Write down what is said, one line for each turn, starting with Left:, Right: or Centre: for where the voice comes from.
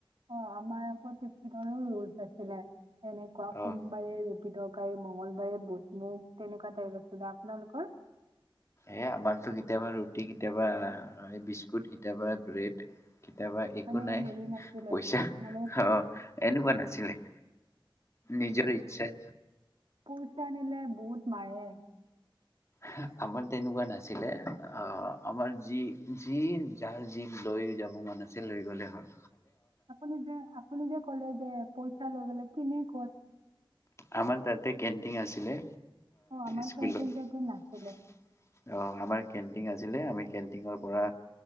Right: অ আমাৰ আকৌ টিফিনৰু ৰুলচ আছিলে এনেকুৱা সোমবাৰে
Left: অ'
Right: ৰু গীতৰকাৰী মঙগলবাৰে বুটমুগ তেনেকুৱা তাৰিখ আছিলো দা আপোনালোকৰ
Left: এ আমাৰতো কেতিয়াবা ৰুটি কেতিয়াবা এই বিস্কুট কেতিয়াবা ব্ৰেড কেতিয়াবা একো
Right: মানে
Left: নাই
Right: হেৰি নাছিলে
Left: পইচা
Right: মানে
Left: অ এনেকুৱা নাছিলে নিজৰ ইচ্ছা
Right: পইচানিলে বহুত মাৰে
Left: হ আমাৰ তেনেকুৱা নাছিলে আমাৰ যি যি যাৰ যি লৈ যাব মন আছে লৈ গ'লে হ'ল‌
Right: আপুনি যে আপুনি যে ক'লে যে পইচা লৈ গলে কিনে ক'ত
Left: আমাৰ তাতে কেণ্টিন আছিলে
Right: অ আমাৰ
Left: স্কুলৰ
Right: কেণ্টিন
Left: অ
Right: চেণ্টিন নাছিলে
Left: আমাৰ কেন্টিন আছিলে আমি কেণ্টিনৰ পৰা